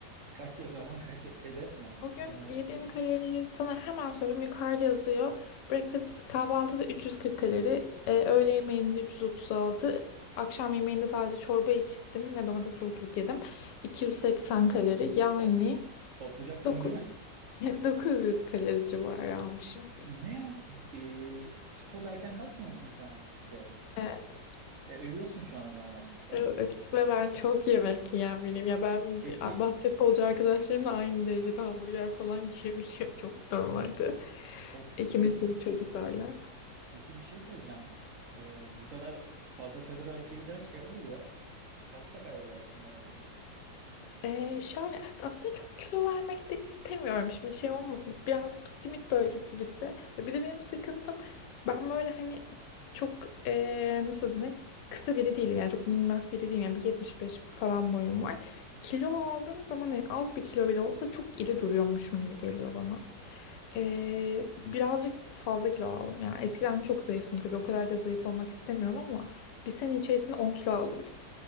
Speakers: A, on the right; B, on the left.
A: Kaç o zaman kaç hedef ne?
B: Bugün
A: Onu merak
B: yediğim
A: ettim.
B: kaloriyi sana hemen söyleyeyim. Yukarıda yazıyor. Breakfast kahvaltıda 340 kalori. e, öğle yemeğinde 336. Akşam yemeğinde sadece çorba içtim ve domates salatalık yedim. 280 kalori. Yani
A: Top, toplayacaksın
B: doku-
A: değil mi? <laughs>
B: <laughs> 900 kalori civarı almışım.
A: Ne? Ee, çok erken kalkmıyor musun sen bir de?
B: Evet.
A: E, ölüyorsun şu an o zaman açlıktan.
B: Evet ve ben çok yemek yiyen biriyim. Ya ben
A: Peki
B: bir- basketbolcu arkadaşlarımla aynı derecede hamburger falan yiyebiliyorum <laughs> normalde.
A: of
B: İki
A: peki
B: metrelik çocuklarla.
A: peki bir şey söyleyeceğim. Ee, bu kadar fazla kalori açığıyla şey olur ya. Pasta kaybedersin belki.
B: Ee, şöyle aslında çok kilo vermek de istemiyorum şimdi şey olmasın birazcık bu simit bölgesi gitse Ya bir de benim sıkıntım ben böyle hani çok ee, nasıl denir kısa biri değilim yani çok minnak biri değilim yani 1.75 falan boyum var kilo aldığım zaman hani az bir kilo bile olsa çok iri duruyormuşum gibi geliyor bana Ee, birazcık fazla kilo aldım yani eskiden çok zayıftım tabii o kadar da zayıf olmak istemiyorum ama bir sene içerisinde 10 kilo aldım